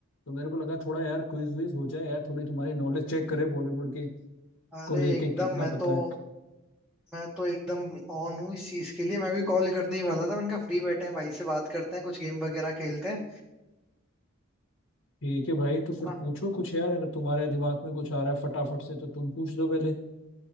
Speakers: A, on the left (about 80°); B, in the centre.
A: तो मेरे को लगा थोड़ा यार क्विज विज हो जाए यार थोड़ी तुम्हारी नॉलेज चेक करे बॉलीवुड के
B: अरे
A: को लेके
B: एकदम
A: कितना
B: मैं
A: पता
B: तो
A: है
B: मैं तो एकदम ऑन हूँ इस चीज के लिए मैं भी कॉल करने ही वाला था मैंने कहा फ्री बैठे हैं भाई से बात करते हैं कुछ गेम वगैरह खेलते हैं
A: ठीक है भाई तो फिर
B: है ना
A: पूछो कुछ यार अगर तुम्हारे दिमाग में कुछ आ रहा है फटाफट से तो तुम पूछ दो पहले